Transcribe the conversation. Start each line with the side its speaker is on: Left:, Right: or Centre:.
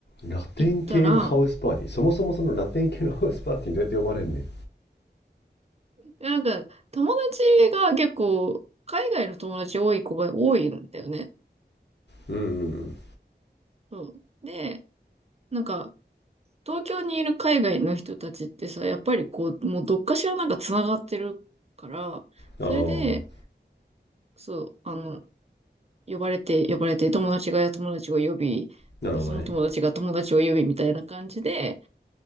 Left: ラテン系のハウスパーティー。
Right: 行ったら、
Left: そもそもそのラテン系のハウスパーティーにどうやって呼ばれんねん。
Right: なんか友達が結構海外の友達多い子が多いんだよね。
Left: うんうん
Right: そうん。で、なんか東京にいる海外の人たちってさ、やっぱりこう、もうどっかしらなんか繋がってるから、
Left: うん。
Right: それで、
Left: ああ、
Right: そう、あの、呼ばれて、呼ばれて、友達が友達を呼び、
Left: なるほどね。
Right: で、その友達が友達を呼びみたいな感じで、